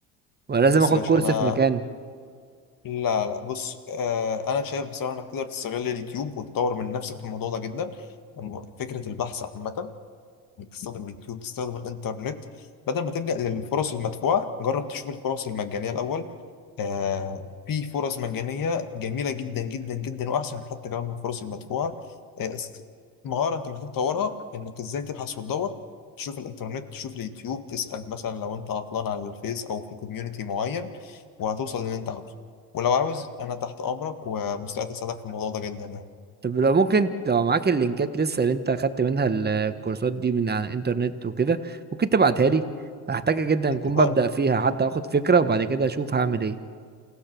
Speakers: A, on the right; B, on the left.
A: ولا لازم
B: بص
A: اخد
B: يا باشا
A: كورس
B: انا
A: في مكان
B: لا لا بص آه انا شايف بصراحه انك تقدر تستغل اليوتيوب وتطور من نفسك في الموضوع ده جدا الم- فكره البحث عامه بتستخدم اليوتيوب بتستخدم الانترنت بدل ما تلجأ للفرص المدفوعة جرب تشوف الفرص المجانية الأول آه في فرص مجانية جميلة جدا جدا جدا وأحسن حتى كمان من الفرص المدفوعة آه است- مهارة أنت محتاج تطورها إنك إزاي تبحث وتدور تشوف الإنترنت تشوف اليوتيوب تسأل مثلا لو أنت عطلان على الفيس أو في كوميونيتي معين وهتوصل للي أنت عاوزه ولو عاوز أنا تحت أمرك ومستعد أساعدك في الموضوع ده جدا يعني
A: طب لو ممكن لو معاك اللينكات لسه اللي انت اخدت منها الكورسات دي من على الانترنت وكده ممكن تبعتها لي هحتاجها جدا
B: اتفقنا
A: اكون ببدأ فيها حتى اخد فكرة وبعد كده اشوف هعمل ايه